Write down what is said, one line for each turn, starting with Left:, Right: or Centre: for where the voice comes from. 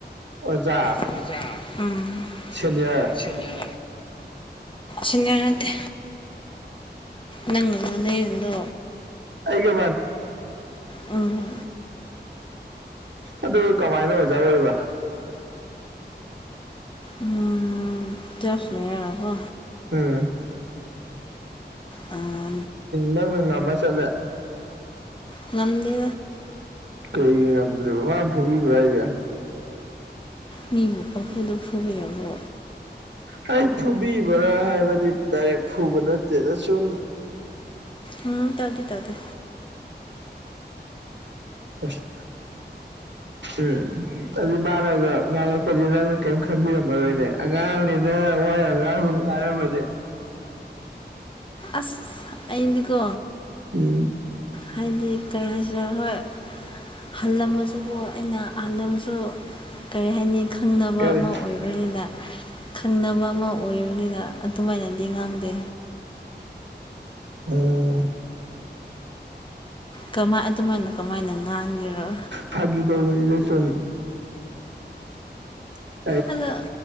Right: ꯑꯣꯖꯥ
Left: ꯑꯣꯖꯥ ꯎꯃ
Right: ꯁꯦꯅꯤꯌꯔ
Left: ꯁꯦꯅꯤꯌꯔ ꯅꯠꯇꯦ ꯅꯪꯅ ꯃꯥꯅꯦꯗꯣ
Right: ꯑꯩꯒ
Left: ꯎꯝ
Right: ꯑꯗꯨ ꯀꯃꯥꯏꯅ ꯑꯣꯖꯥ ꯑꯣꯏꯕ
Left: ꯎꯝ ꯇꯨꯌꯦꯂꯞ ꯂꯣꯏꯔꯒ ꯀꯣ
Right: ꯎꯝ
Left: ꯑꯥ
Right: ꯅꯪꯅ ꯉꯝꯃ ꯆꯠꯂꯦ
Left: ꯉꯝꯗꯦ
Right: ꯀꯩ ꯉꯝꯗ꯭ꯔꯤꯕ ꯃꯥꯅ ꯐꯨꯕꯤꯕ꯭ꯔ ꯍꯥꯏꯁꯦ
Left: ꯃꯤꯕꯨ ꯄꯪꯐꯨꯗ ꯐꯨꯕ ꯌꯥꯕꯣ
Right: ꯍ ꯐꯨꯕꯤꯕ꯭ꯔꯥ ꯍꯥꯏꯕꯅꯤ ꯗꯥꯏꯔꯦꯛ ꯐꯨꯕ ꯅꯠꯇꯦꯗ ꯁꯨꯝ
Left: ꯎꯝ ꯇꯧꯗꯤ ꯇꯧꯇꯦ
Right: ꯑꯁ ꯎꯝ ꯑꯗꯨꯗꯤ ꯃꯥꯅꯒ ꯉꯥꯡꯉꯛꯄꯁꯦ ꯅꯪꯅ ꯀꯔꯤꯝ ꯈꯟꯕꯤꯔꯝꯃꯔꯣꯏꯅꯦ ꯑꯉꯥꯡꯅꯤꯅ ꯋꯥ ꯌꯥꯝ ꯉꯥꯡꯅꯨ ꯍꯥꯏꯔꯃꯗꯤ
Left: ꯑꯁ ꯑꯩꯗꯤꯀꯣ
Right: ꯎꯝ
Left: ꯍꯥꯏꯗꯤ ꯀꯩ ꯍꯥꯏꯁꯤꯔꯦ ꯍꯣꯏ ꯍꯜꯂꯝꯃꯁꯨ ꯑꯩꯅ ꯍꯜꯂꯁꯨ ꯀꯔꯤ ꯍꯥꯏꯅꯤ ꯈꯪꯅꯕ
Right: ꯀꯔꯤ
Left: ꯑꯃ ꯑꯣꯏꯕ ꯑꯣꯏꯕꯅꯤꯅ ꯈꯪꯅꯕ ꯑꯃ ꯑꯣꯏꯔꯤꯕꯅꯤꯅ ꯑꯗꯨꯃꯥꯏꯅꯗꯤ ꯉꯥꯡꯗꯦ
Right: ꯎꯥ
Left: ꯀꯃꯥꯏ ꯑꯗꯨꯃꯥꯏꯅ ꯀꯃꯥꯏꯅ ꯉꯥꯡꯒꯦꯔꯣ
Right: ꯐꯥꯒꯤ ꯇꯧꯕꯅꯤꯗ ꯁꯨꯝ ꯎ
Left: ꯑꯗꯣ